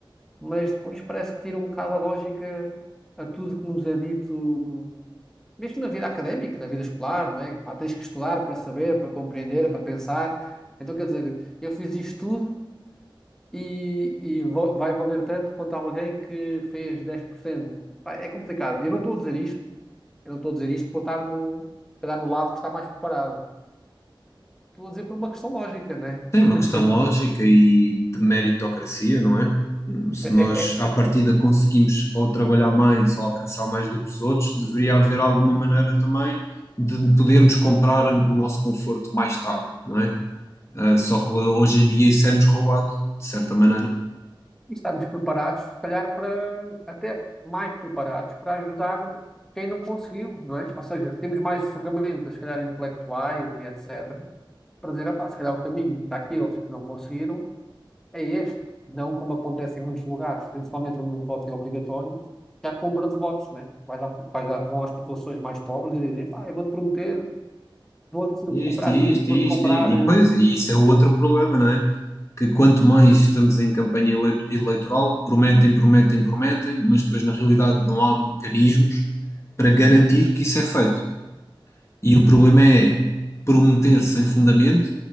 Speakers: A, in the centre; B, on the left.
A: Mas depois parece que tira um bocado a lógica a tudo que nos é dito, mesmo na vida académica, na vida escolar, não é? Pá, tens que estudar para saber, para compreender, para pensar. Então, quer dizer, eu fiz isto tudo e, e vo- vai valer tanto quanto alguém que fez dez por cento Pá, é complicado. Eu não estou a dizer isto eu não estou a dizer isto por estar no, se calhar no lado que está mais preparado. Estou a dizer por uma questão lógica, né?
B: Tem
A: <laughs>
B: uma questão lógica e de meritocracia, não é? Hum, Se
A: É,
B: nós,
A: é,
B: à partida, conseguimos ou trabalhar mais ou alcançar mais do que os outros, deveria haver alguma maneira também de podermos comprar o nosso conforto mais tarde, não é? Ah, só que hoje em dia isso é-nos roubado, de certa maneira.
A: estamos preparados, se calhar, para até mais preparados para ajudar quem não conseguiu, não é? Ou seja, temos mais ferramentas, se calhar intelectuais e etc., para dizer, "Epá, se calhar o caminho daqueles que não conseguiram é este, não como acontece em muitos lugares, principalmente onde o voto é obrigatório, que há compra de votos, né? Vais à- vais à- vão às populações mais pobres e dizem, pá, eu vou-te prometer vou-te
B: Isto,
A: comprar
B: isto,
A: isto, vou-te
B: isto,
A: comprar.
B: isto. E
A: eh,
B: pois, e isso é outro problema, não é? Que quanto mais estamos em campanha eleito- eleitoral, prometem, prometem, prometem, mas depois na realidade não há mecanismos para garantir que isso é feito. E o problema é prometer sem fundamento